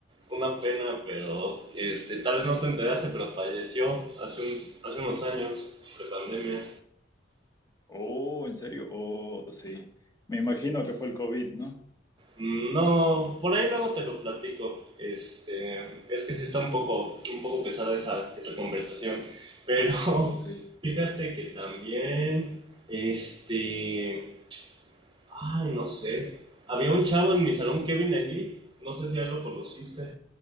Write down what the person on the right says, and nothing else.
una pena, pero este, tal vez no te enteraste, pero falleció hace, un, hace unos años, de pandemia.
Mm, No, por ahí luego te lo platico. Este, es que sí está un poco, un poco pesada esa, esa conversación. Pero
<laughs> fíjate que también, este, ay, no sé. Había un chavo en mi salón, Kevin Eli, no sé si ya lo conociste.